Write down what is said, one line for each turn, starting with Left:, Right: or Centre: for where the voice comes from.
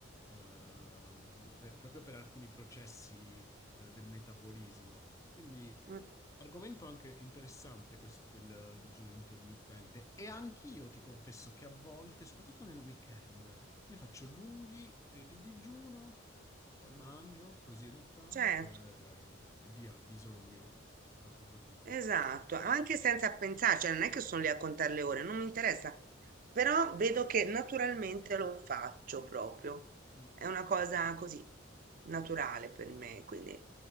Left: ehm, per- proprio per alcuni processi eh, del metabolismo. Quindi
Right: Mm,
Left: Argomento anche interessante questo del digiuno intermittente e anch'io ti confesso che a volte, soprattutto nel weekend, io faccio lunghi periodi di digiuno, poi mangio così ogni tanto
Right: Certo,
Left: e, e via al bisogno. Sono d'accordo con te.
Right: esatto, anche senza pensare, cioè non è che sono lì a contare le ore, non mi interessa, però vedo che naturalmente lo faccio proprio.
Left: Mm,
Right: È
Left: mm.
Right: una cosa così naturale per me, quindi